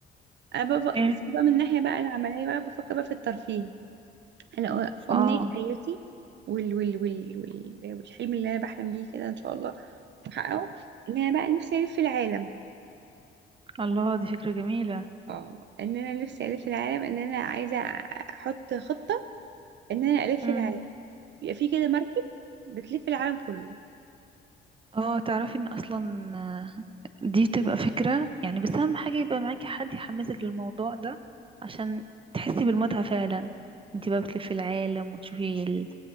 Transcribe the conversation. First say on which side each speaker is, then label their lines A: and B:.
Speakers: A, on the right; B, on the right.
A: انا بقى
B: إيه
A: بس بقى من الناحيه بقى العمليه بقى بفكر بقى في الترفيه انا امنيه
B: آه
A: حياتي وال وال وال وال والحلم اللي انا بحلم بيه كده ان شاء الله واحققه ان انا بقى نفسي الف العالم
B: الله دي فكرة جميلة
A: اه ان انا نفسي الف العالم ان انا عايزه احط خطه ان انا الف
B: امم
A: العالم يبقى في كده مركب بتلف العالم كله
B: اه تعرفي ان اصلا آه، دي بتبقى فكرة يعني بس اهم حاجة يبقى معاكي حد يحمسك للموضوع ده عشان تحسي بالمتعة فعلا انت بقى بتلفي العالم وتشوفي ال...